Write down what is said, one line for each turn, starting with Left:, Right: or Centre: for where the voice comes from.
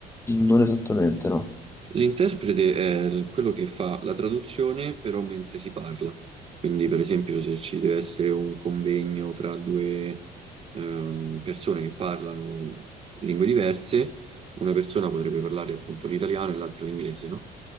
Left: non esattamente, no.
Right: L'interprete è l- quello che fa la traduzione, però mentre si parla. Quindi, per esempio, se ci deve essere un convegno fra due ehm, persone che parlano lingue diverse, una persona potrebbe parlare appunto l'italiano e l'altra l'inglese, no?